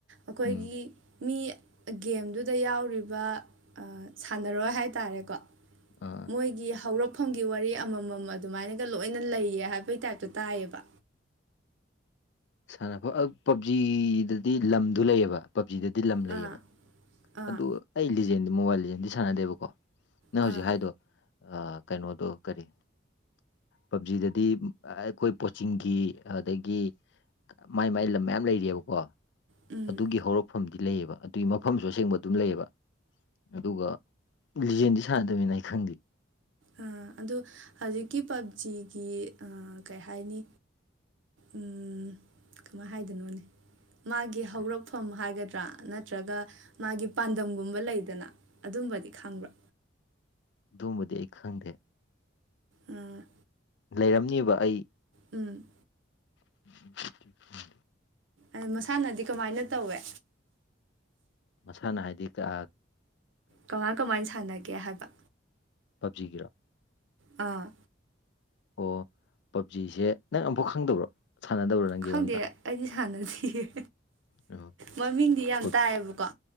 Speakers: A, on the right; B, on the left.
A: ꯑꯈꯣꯏꯒꯤ
B: ꯎꯝ
A: ꯃꯤ ꯒꯦꯝꯗꯨꯗ ꯌꯥꯎꯔꯤꯕ ꯑ ꯁꯥꯟꯅꯔꯣꯏ ꯍꯥꯏꯇꯥꯔꯦꯀꯣ
B: ꯑꯥ
A: ꯃꯣꯏꯒꯤ ꯍꯧꯔꯛꯐꯝꯒꯤ ꯋꯥꯔꯤ ꯑꯃꯃꯝ ꯑꯗꯨꯃꯥꯏꯅꯒ ꯂꯣꯏꯅ ꯂꯩꯌꯦ ꯍꯥꯏꯕꯒꯤ ꯇꯥ꯭ꯏꯞꯇ ꯇꯥꯏꯌꯦꯕ
B: ꯁꯥꯟꯅꯕ ꯑꯞ ꯄꯞꯖꯤꯗꯗꯤ ꯂꯝꯗꯨ ꯂꯩꯌꯦꯕ ꯄꯞꯖꯤꯗꯗꯤ ꯂꯝ
A: ꯑꯥ
B: ꯂꯩꯌꯦꯕ
A: ꯑꯥ
B: ꯑꯗꯨ ꯑꯩ ꯂꯤꯖꯦꯟꯗꯤ ꯃꯣꯕꯥ꯭ꯏꯜ ꯂꯤꯖꯦꯟꯗꯤ ꯁꯥꯟꯅꯗꯦꯕꯀꯣ ꯅꯪ
A: ꯑꯥ
B: ꯍꯧꯖꯤꯛ ꯍꯥꯏꯗꯣ ꯑ ꯀꯩꯅꯣꯗꯣ ꯀꯔꯤ ꯄꯞꯖꯤꯗꯗꯤ ꯑꯈꯣꯏ ꯄꯣꯆꯤꯡꯒꯤ ꯑꯗꯒꯤ ꯃꯥꯏ ꯃꯥꯏ ꯂꯝ ꯃꯌꯥꯝ ꯂꯩꯔꯤꯌꯦꯕꯀꯣ
A: ꯎꯝ
B: ꯑꯗꯨꯒꯤ ꯍꯧꯔꯛꯐꯝꯗꯤ ꯂꯩꯌꯦꯕ ꯑꯗꯨꯏ ꯃꯐꯝꯁꯨ ꯑꯁꯦꯡꯕ ꯑꯗꯨꯝ ꯂꯩꯌꯦꯕ ꯑꯗꯨꯒ ꯂꯤꯖꯦꯟꯗꯤ ꯁꯥꯟꯅꯗꯕꯅꯤꯅ ꯑꯩ ꯈꯪꯗꯦ
A: ꯑ ꯑꯗꯣ ꯍꯧꯖꯤꯛꯀꯤ ꯄꯞꯖꯤꯒꯤ ꯑ ꯀꯩ ꯍꯥꯏꯅꯤ ꯎꯝ ꯀꯃꯥꯏ ꯍꯥꯏꯗꯣꯏꯅꯣꯅꯦ ꯃꯥꯒꯤ ꯍꯧꯔꯛꯐꯝ
B: ꯀꯔꯤ
A: ꯍꯥꯏꯒꯗ꯭ꯔꯥ ꯅꯠꯇ꯭ꯔꯒ ꯃꯥꯒꯤ ꯄꯥꯟꯗꯝꯒꯨꯝꯕ ꯂꯩꯗꯅ ꯑꯗꯨꯝꯕꯗꯤ ꯈꯪꯕ꯭ꯔꯥ
B: ꯗꯨꯝꯕꯗꯤ ꯑꯩ ꯈꯪꯗꯦ
A: ꯎꯝ
B: ꯂꯩꯔꯝꯅꯤꯕ ꯑꯩ
A: ꯎꯝ
B: <inaudible>
A: ꯑꯦ ꯃꯁꯥꯟꯅꯗꯤ ꯀꯃꯥꯏꯅ ꯇꯧꯋꯦ
B: ꯃꯁꯥꯟꯅ ꯍꯥꯏꯗꯤ ꯀ
A: ꯀꯃꯥꯏ ꯀꯃꯥꯏꯟ ꯁꯥꯟꯅꯒꯦ ꯍꯥꯏꯕ
B: ꯄꯞꯖꯤ ꯒꯤꯔꯣ
A: ꯑꯥ
B: ꯑꯣ ꯄꯞꯖꯤꯁꯦ ꯅꯪ ꯑꯝꯐꯥꯎ ꯈꯪꯗꯕ꯭ꯔꯣ ꯁꯥꯟꯅꯗꯕꯔꯣ ꯅꯪ ꯒꯦꯝ
A: ꯈꯪꯗꯦ
B: ꯑꯝꯇ
A: ꯑꯩꯗꯤ ꯁꯥꯟꯅꯗꯤꯌꯦꯍꯦ
B: ꯑꯣ
A: ꯃꯃꯤꯡꯗꯤ ꯌꯥꯝ
B: ꯄꯞ
A: ꯇꯥꯏꯑꯦꯕꯀꯣ